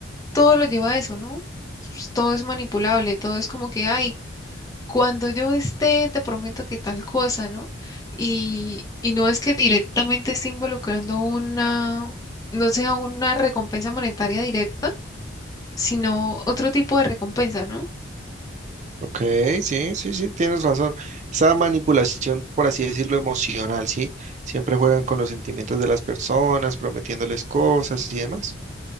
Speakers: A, on the left; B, on the right.
A: todo lo lleva a eso, ¿no? Pues, Todo es manipulable, todo es como que, ay, cuando yo esté, te prometo que tal cosa, ¿no? Y, y no es que directamente esté involucrando una, no sea una recompensa monetaria directa, sino otro tipo de recompensa, ¿no?
B: Ok, sí, sí, sí, tienes razón. Esa manipulación, por así decirlo, emocional, ¿sí? Siempre juegan con los sentimientos de las personas, prometiéndoles cosas y demás.